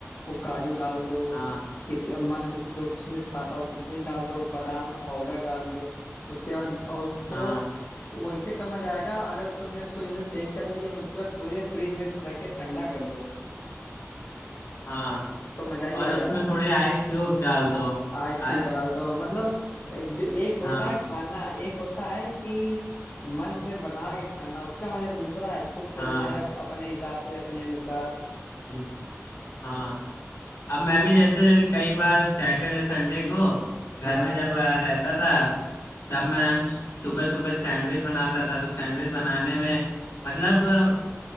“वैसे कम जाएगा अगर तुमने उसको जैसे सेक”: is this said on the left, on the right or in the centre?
Left